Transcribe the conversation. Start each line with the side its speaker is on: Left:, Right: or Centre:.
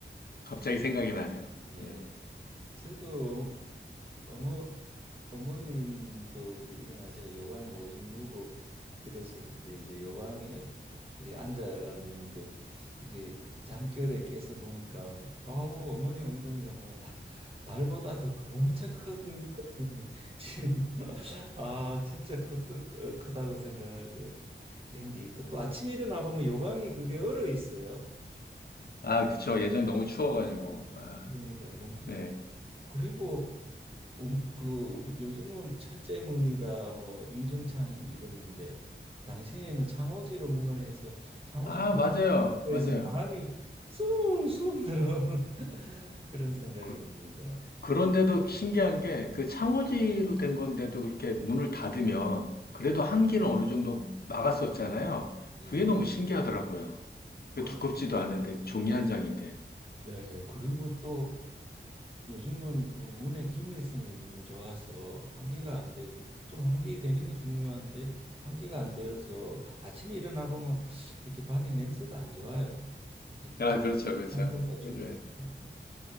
Left: 갑자기 생각이 나네요.
Right: 예.
Left: 네.
Right: 저도 어머, 어머 어머님도 이제 일어나셔가 요강에 오줌 누고 일어섰을 때 이제 요강에 이렇게 앉아가 누는데 이게 잠결에 깨서 보니까 아우 어머니 엉덩이가 뭐 달 달보다 더 크- 엄청 큰 엉덩이. <laughs> 지금 아 진짜 크, 크, 크다고 생각을 한 게 있고 또 아침에 일어나 보면 요강이 그게 얼어 있어요.
Left: 아, 그쵸. 예전에 너무 추워가지고. 아,
Right: 그러니까 문풍
Left: 네.
Right: 그리고 음, 그 우리 요즘은 철제문이다 뭐 이중창 이러는데 당시에는 창호지로 문을 해서 창호지
Left: 아, 맞아요.
Right: 에서
Left: 맞아요.
Right: 바람이 숭숭 들어오는 <laughs> 그런 생각이
Left: 그,
Right: 납니다.
Left: 그런데도 신기한 게 그 창호지로 된 건데도 그렇게 문을 닫으면 그래도
Right: 음,
Left: 한기는 어느 정도 막았었잖아요.
Right: 예.
Left: 그게 너무 신기하더라고요. 그
Right: 그-
Left: 두껍지도 않은데 종이 한 장인데.
Right: 예, 그리고 또 요즘은 그 문의 기밀성이 너무 좋아서 환기가 안 돼. 좀 환기되는 게 중요한데 환기가 안 되어서 아침에 일어나 보면 이렇게 방에 냄새도 안 좋아요. 이렇게
Left: 아, 그렇죠. 그렇죠.
Right: 환소가 충분하지
Left: 요즘에.
Right: 않아서.